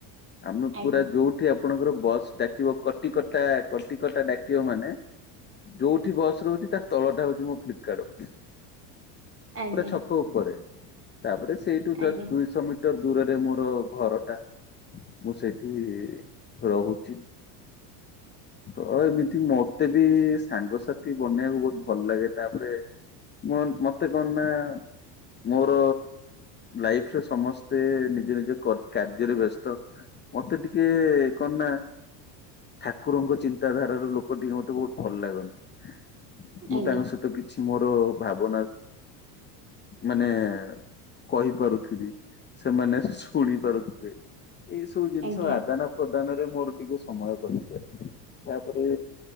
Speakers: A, on the left; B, on the right.
A: ଆମେ
B: ଆଜ୍ଞା
A: ପୁରା ଯୋଉଠି ଆପଣଙ୍କର ବସ୍ ଡାକିବ କଟିକଟା, କଟିକଟା ଡାକିବ ମାନେ ଯୋଉଠି ବସ ରହୁଛି ତା ତଳଟା ହଉଛି ମୋ ଫ୍ଲିପକାର୍ଟ ଅଫିସ।
B: ଆଜ୍ଞା
A: ପୁରା ଛକ ଉପରେ। ତାପରେ ସେଇଠୁ ଜଷ୍ଟ
B: ଆଜ୍ଞା।
A: ଦୁଇଶହ ମିଟର ଟର ଦୂରରେ ମୋର ଘର ଟା। ମୁଁ ସେଇଠି ରହୁ ଛି ତ ଏମିତି ମତେ ବି ସାଙ୍ଗସାଥି ବନେଇବାକୁ ବହୁତ ଭଲ ଲାଗେ। ତାପରେ ମନ ମତେ କଣ ନା ମୋର ଲାଇଫରେ ସମସ୍ତେ ନିଜ ନିଜ କ-କାର୍ଯ୍ୟରେ ବ୍ୟସ୍ତ। ମତେ ଟିକେ କଣ ନା ଠାକୁରଙ୍କ ଚିନ୍ତାଧାରାର ଲୋକ ଟିକେ ମତେ ବହୁତ ଭଲ ଲାଗନ୍ତି।
B: ଆଜ୍ଞା
A: ମୁଁ ତାଙ୍କ ସ ତ କିଛି ମୋର ଭାବନା, ମାନେ କହିପାରୁଥିବି ସେମାନେ ଶୁଣି ପାରୁଥିବେ, ଏଇ ସୁ ସବୁ ଜିନିଷ
B: ଆଜ୍ଞା
A: ଆଦାନ ପ୍ରଦାନରେ ମୋର ଟିକେ ସମୟ କରିଥାଏ, ତାପରେ